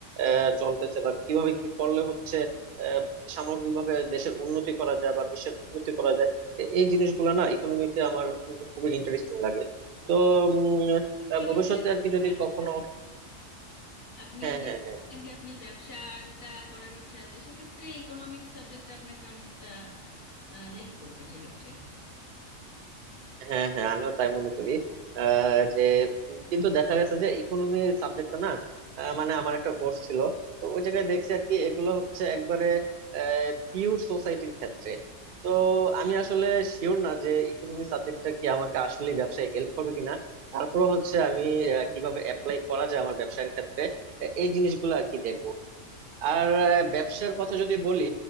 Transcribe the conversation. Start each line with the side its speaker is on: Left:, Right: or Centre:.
Right: আহ, চলতেছে বা কিভাবে কি করলে হচ্ছে আহ, সামগ্রিকভাবে দেশের উন্নতি করা যায় বা বিশ্বের উন্নতি করা যায় এ- এই জিনিসগুলো না ইকোনমিতে আমার কিন্তু খুবই ইন্টারেস্টিং লাগে তো উম,
Left: হুম, আপনি
Right: আহ,
Left: আবার
Right: ভবিষ্যতে
Left: বললেন
Right: আর কি যদি
Left: ব্যবসা
Right: কখনো
Left: আপনি
Right: হ্যাঁ
Left: যে
Right: হ্যাঁ হ্যাঁ
Left: বললেন যে আপনি ব্যবসা একটা করার ইচ্ছা আছে সেক্ষেত্রে ইকোনমিক্স সাবজেক্টটা আপনাকে অনেকটা হেল্প করবে সেক্ষেত্রে
Right: হ্যাঁ হ্যাঁ আমিও তাই মনে করি আহ, যে কিন্তু দেখা গেছে যে ইকোনমি সাবজেক্টটা না আহ, মানে আমার একটা কোর্স ছিল তো ওই জায়গায় দেখছি আর কি এগুলো হচ্ছে একবারে পিওর সোসাইটির ক্ষেত্রে তো আমি আসলে শিওর না যে ইকোনমি সাবজেক্টটা কি আমাকে আসলে ব্যবসায় হেল্প করবে কিনা তারপরে হচ্ছে আমি আহ, কিভাবে অ্যাপ্লাই করা যায় আমার ব্যবসায়ের ক্ষেত্রে এ- এই জিনিসগুলো আর কি দেখবো আর আহ, ব্যবসার কথা যদি বলি